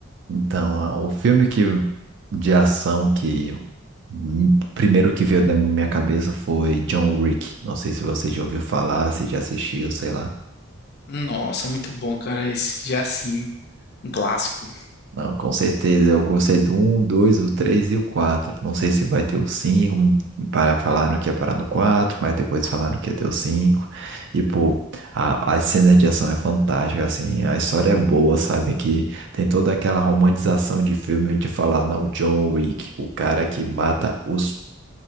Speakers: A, on the right; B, on the left.
A: Então, ah, o filme que, de ação que hum, primeiro que veio da minha cabeça foi John Wick. Não sei se você já ouviu falar, se já assistiu, sei lá.
B: Nossa, muito bom, cara. Esse já sim, um clássico.
A: Não, com certeza. Eu gostei do um, 2, o 3 e o 4. Não sei se vai ter o 5 hum, Para, falaram que ia parar no 4, mas depois falaram que ia ter o 5. E, pô, a, a cena de ação é fantástica, assim. A história é boa, sabe? Que tem toda aquela romantização de filme de falar, não, John Wick, o cara que mata os.